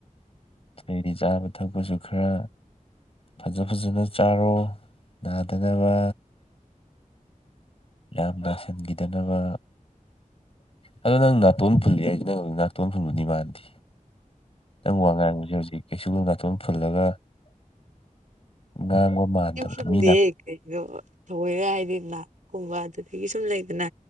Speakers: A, on the left; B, on the right.
A: <unintelligible> ꯆꯒꯅꯨ ꯊꯛꯄꯁꯨ ꯈꯔ ꯐꯖ ꯐꯖꯅ ꯆꯥꯔꯣ ꯅꯥꯗꯅꯕ ꯌꯥꯝ ꯅꯁꯤꯟꯈꯤꯗꯅꯕ ꯑꯗꯣ ꯅꯪ ꯅꯥꯇꯣꯟ ꯐꯨꯜꯂꯤ ꯍꯥꯏꯁꯦ ꯅꯪ ꯅꯥꯇꯣꯟ ꯐꯨꯟꯕꯗꯤ ꯃꯥꯟꯗꯦ ꯅꯪ ꯋꯥ ꯉꯥꯡꯕꯁꯦ ꯍꯧꯖꯤꯛ ꯀꯩꯁꯨ ꯅꯥꯇꯣꯟ ꯐꯨꯜꯂꯒ ꯉꯥꯡꯕ ꯃꯥꯟꯗꯕꯗꯣ
B: ꯐꯪꯗꯦꯍꯦ
A: ꯃꯤꯅ
B: ꯀꯩꯅꯣ ꯊꯑꯣꯏꯅ ꯍꯥꯏꯗꯤ ꯅꯥꯛꯀꯨꯝꯕ ꯑꯗꯨꯗꯒꯤ ꯁꯨꯝ ꯂꯩꯗꯅ